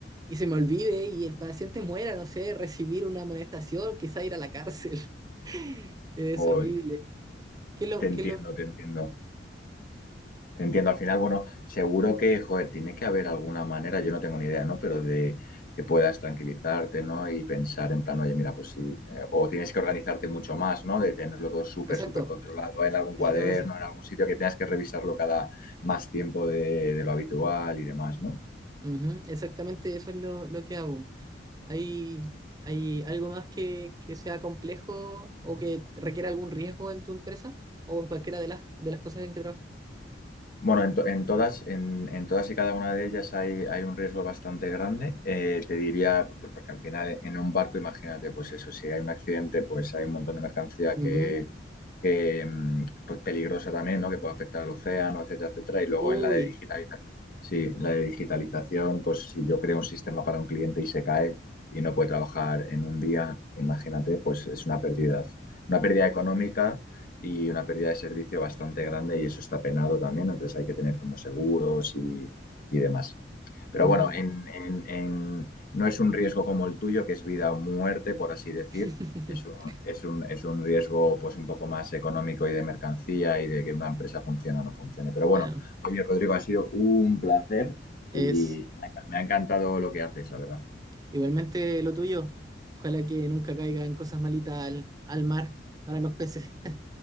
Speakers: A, on the right; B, on the left.
A: y se me olvide y el paciente muera, no sé, recibir una amonestación, quizá ir a la cárcel. <laughs> Es
B: Uy,
A: horrible. ¿Qué lo,
B: te entiendo,
A: qué lo?
B: te entiendo. Entiendo, al final, bueno, seguro que, joder, tiene que haber alguna manera, yo no tengo ni idea, ¿no? Pero de que puedas tranquilizarte, ¿no? Y pensar en plan, oye, mira, pues sí, eh, o tienes que organizarte mucho más, ¿no? De tenerlo todo súper,
A: Exacto,
B: súper controlado en algún
A: eso
B: cuaderno,
A: tengo que hacer.
B: en algún sitio que tengas que revisarlo cada más tiempo de, de lo habitual y demás, ¿no?
A: Ujú, exactamente eso es lo, lo que hago. ¿Hay, hay algo más que, que sea complejo o que requiera algún riesgo en tu empresa o en cualquiera de las, de las cosas en que trabajas?
B: Bueno, en, to- en todas, en, en todas y cada una de ellas hay, hay un riesgo bastante grande. Eh, te diría, pues, porque al final en un barco, imagínate, pues eso, si hay un accidente, pues hay un montón de mercancía que
A: Ujú.
B: eh, pues peligrosa también, ¿no? Que puede afectar al océano, etcétera, etcétera. Y luego
A: Uy,
B: en la de digitalización, sí, la de digitalización, pues si yo creo un sistema para un cliente y se cae y no puede trabajar en un día, imagínate, pues es una pérdida, una pérdida económica y una pérdida de servicio bastante grande y eso está penado también, entonces hay que tener como seguros y, y demás. Pero
A: ujú.
B: bueno, en, en- en- no es un riesgo como el tuyo, que es vida o muerte, por así decir.
A: <laughs>
B: Es un, es un- es un riesgo pues un poco más económico y de mercancía y de que una empresa funcione o no funcione. Pero bueno,
A: Bueno,
B: oye, Rodrigo, ha sido un placer
A: es
B: y me ha, me ha encantado lo que haces, la verdad.
A: igualmente lo tuyo. Ojalá que nunca caigan cosas malitas al, al mar para los peces.